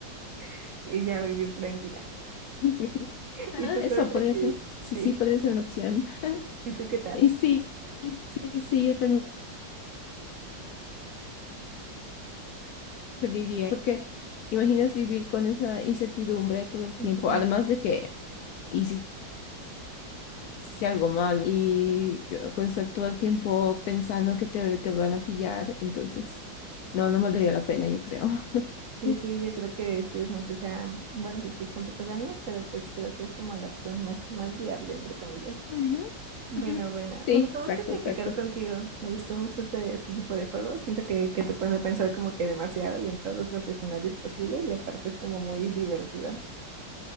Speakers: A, on the right (about 55°); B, on the left (about 70°).
A: <laughs> y ya vivir tranquila.
B: <laughs> Ah,
A: ¿Y tú
B: eso
A: cuál prefieres?
B: podría ser. Sí,
A: Sí,
B: sí, podría ser una opción.
A: ¿y tú qué tal?
B: Y sí, sí, sí, yo también preferiría, porque imaginas vivir con esa incertidumbre todo el tiempo,
A: Ujú.
B: además de que hiciste algo malo y uh, pues estar todo el tiempo pensando que te, te van a pillar, entonces no, no valdría la pena, yo creo.
A: Sí,
B: <laughs>
A: sí, yo creo que sí, es aunque sea, bueno, se escuchan pocos años, pero pues creo que es como la opción más, más viable, entre comillas.
B: Ujú,
A: Bueno,
B: ajá.
A: bueno,
B: Sí,
A: me gustó mucho
B: exacto,
A: platicar
B: exacto.
A: contigo, me gustó mucho este, este tipo de juegos, siento que, que te pone a pensar como que demasiado y en todos los escenarios posibles y aparte es como muy divertido.